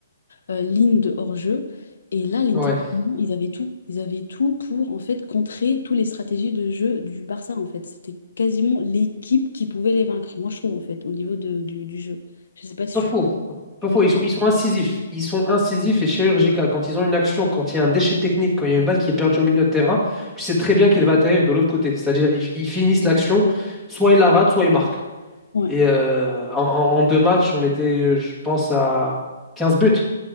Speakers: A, on the left; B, in the centre.
A: euh, ligne de hors-jeu. Et là, les
B: Ouais,
A: intervenants, ils avaient tout. Ils avaient tout pour, en fait, contrer toutes les stratégies de jeu du Barça, en fait. C'était quasiment l'équipe qui pouvait les vaincre, moi, je trouve, en fait, au niveau de- du, du jeu. Je sais pas si
B: pas faux. Pas
A: tu me...
B: faux, ils sont, ils sont incisifs. Ils sont incisifs et chirurgicaux. Quand ils ont une action, quand il y a un déchet technique, quand il y a une balle qui est perdue au milieu de terrain, tu sais très bien qu'il va atterrir de l'autre côté. C'est-à-dire, ils, ils finissent l'action, soit ils la ratent, soit ils marquent.
A: Ouais,
B: Et euh, en, en- en deux matchs, on était, euh, je pense, à 15 buts